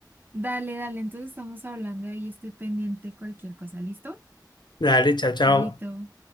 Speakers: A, on the right; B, on the left.
A: Dale, dale, entonces estamos hablando ahí, estoy pendiente de cualquier cosa, ¿listo?
B: Dale, chao, chao.
A: Chaito.